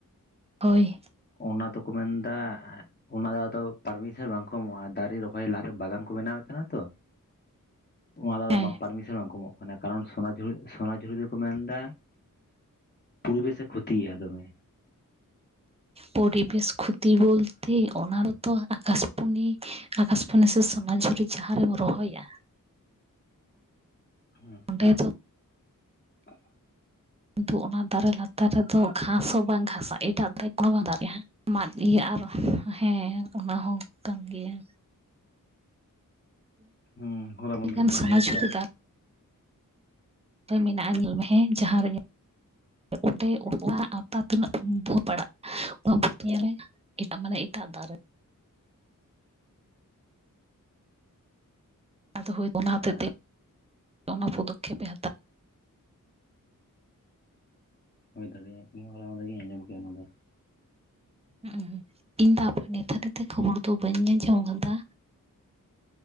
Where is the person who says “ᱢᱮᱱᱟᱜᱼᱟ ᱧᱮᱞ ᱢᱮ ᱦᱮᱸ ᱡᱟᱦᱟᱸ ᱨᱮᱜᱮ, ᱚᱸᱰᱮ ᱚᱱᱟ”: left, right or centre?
Right